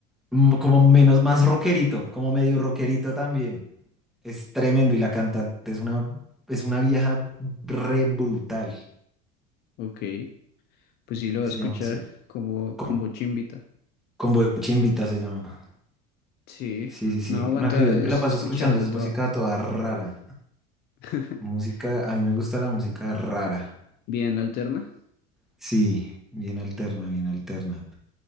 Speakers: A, in the centre; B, on the left (about 55°).
A: mm, como menos, más rockerito, como medio rockerito también. Es tremendo y la cantante es una, es una vieja re brutal,
B: Ok, pues sí lo va
A: se
B: a escuchar
A: llama así.
B: como,
A: Con,
B: como chimbita.
A: con Bochimbita se llama.
B: Sí,
A: Sí, sí, sí.
B: no aguanta
A: No, yo
B: es
A: me la paso
B: escuchar
A: escuchando,
B: de
A: es
B: todo.
A: música toda rara.
B: <laughs>
A: Música, a mí me gusta la música rara.
B: Bien alterna.
A: Sí, bien alterna, bien alterna.